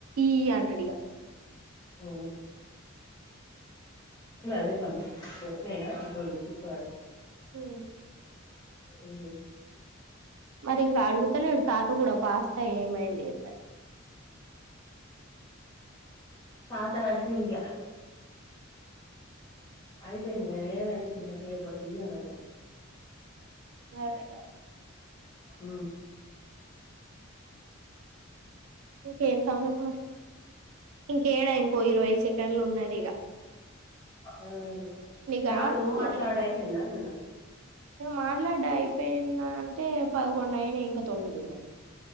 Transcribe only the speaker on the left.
అవును అదే పని పోనాయినా అంటుడు చక్కుకొని
అమ్
తాత అడుకుడిగా అయిపోయింది కానీ ఏమైంది పిల్ల సయపోత ఇ అని అంటారు
ఆ
ఆ
కాదు
నువ్వు మాట్లాడు
అయిపోయిందా అంటున్నా